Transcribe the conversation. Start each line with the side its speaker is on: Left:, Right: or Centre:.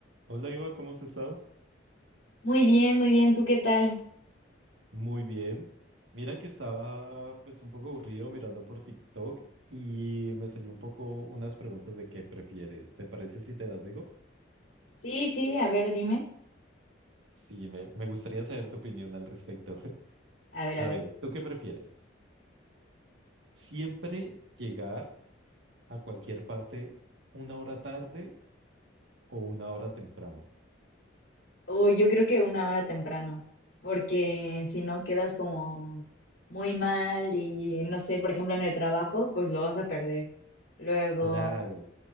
Right: Hola Iva, ¿cómo has estado?
Left: Muy bien, muy bien. ¿Tú qué tal?
Right: Muy bien. Mira que estaba pues un poco aburrido mirando por TikTok y me salió un poco unas preguntas de qué prefieres. ¿Te parece si te las digo?
Left: Sí, sí, a ver, dime.
Right: Sí, me, me gustaría saber tu opinión al respecto. <laughs>
Left: A ver,
Right: A
Left: a ver.
Right: ver, ¿tú qué prefieres? ¿Siempre llegar a cualquier parte una hora tarde o una hora temprano?
Left: Uy, yo creo que una hora temprano, porque si no quedas como muy mal y no sé, por ejemplo, en el trabajo, pues lo vas a perder. Luego,
Right: Claro.